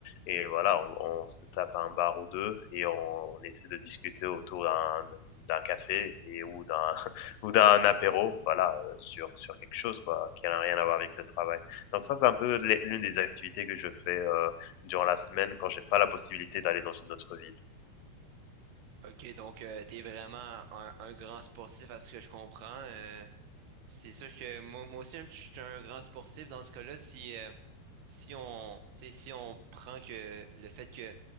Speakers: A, on the left; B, on the right.
A: et voilà, on, on se tape à un bar ou deux et on, on essaie de discuter autour d'un d'un café et ou d'un <laughs> ou d'un apéro, voilà, euh, sur sur quelque chose quoi, qui n'a rien à voir avec le travail. Donc ça, c'est un peu l'une des activités que je fais euh, durant la semaine quand j'ai pas la possibilité d'aller dans une autre ville.
B: OK, donc euh, t'es vraiment un, un grand sportif à ce que je comprends. Euh, c'est sûr que moi, moi aussi, un petit- je suis un grand sportif dans ce cas-là. Si, euh, si on, tu sais, si on prend que le fait que